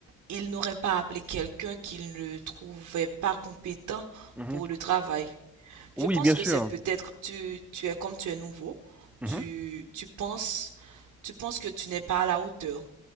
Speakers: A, on the right (about 65°); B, in the centre.
A: il n'aurait pas appelé quelqu'un qu'il ne trouvait pas compétent
B: Mhm.
A: pour le travail.
B: Oui,
A: Je pense
B: bien
A: que
B: sûr.
A: c'est peut-être tu, tu es comme tu es nouveau,
B: Mhm.
A: tu, tu penses tu penses que tu n'es pas à la hauteur,